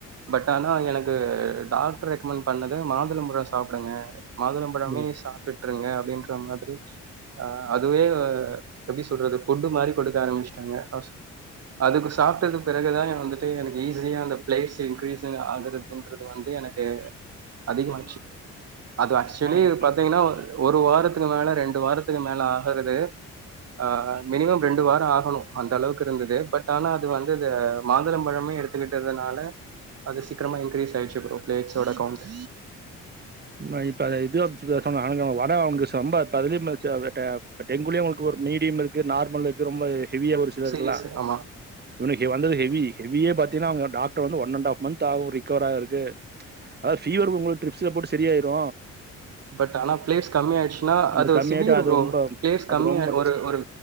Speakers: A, on the right; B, on the right.
A: பட் ஆனா எனக்கு டாக்டர் ரெக்கமண் பண்ணது மாதுளம் ப ழொ சாப்டுங்க மாதுளம்பழமே
B: ம்
A: சாப்டுட்ருங்க அப்டின்ற மாதிரி ஆ அதுவே எப்டி சொல்றது ஃபுட்டு மாரி கொடுக்க ஆரம்பிச்ட்டாங்க ஹாஸ் அது இப்ப சாப்ட்டது பிறகுதா எ வந்துட்டு எனக்கு ஈஸியா அந்த பிளேட்ஸ் இன்க்ரீஸு ஆகுது இன்க்றது வந்து எனக்கு அதிகமாச்சு அது ஆக்சொலி
B: ஆ
A: பாத்திங்கன்னா ஒரு வாரத்துக்கு மேல ரெண்டு வாரத்துக்கு மேல ஆகுறது ஆ மினிமம் ரெண்டு வார ஆகணு அந்த அளவுக்கு இருந்தது பட் ஆனா அது வந்து இது மாதளம் பழமே எடு த்துக்கிட்டதுனால அது சீக்கரமா இன்கிரீஸ் ஆயிர்ச்சு ப்ரோ ப்ளேட்ஸோட கவுண்ட்
B: ம இப்ப அது இது <unintelligible> டெங்குலயு உங்களுக்கு ஒர் மீடியம் இருக்கு நார்மல் இருக்கு ரொம்ப ஹெவியா ஒரு சிலர்க்குல்லா
A: சீரியஸ் ஆமா.
B: இவனக்கு வந்தது ஹெவி ஹெவியே பாத்திங்னா அவுங்க டாக்டர் வந்து ஒன் அண்ட் ஹாஃப் மந்த் ஆகு ரிக்கவர் ஆகுறக்கு அதாது ஃபீவர் உங்களுக் ட்ரிப்ஸ்ல போட்டு சரியாயிரு
A: பட் ஆனா பிளேஸ் கம்மி ஆயிட்ச்சுனா
B: அந்த
A: அது
B: கம்மியாயிட்டு
A: சிவியர்
B: அது
A: ப்ரோ
B: ரொம்ப
A: பிளேஸ்
B: அது
A: கம்மிய
B: ரொம்ப
A: ஒரு ஒரு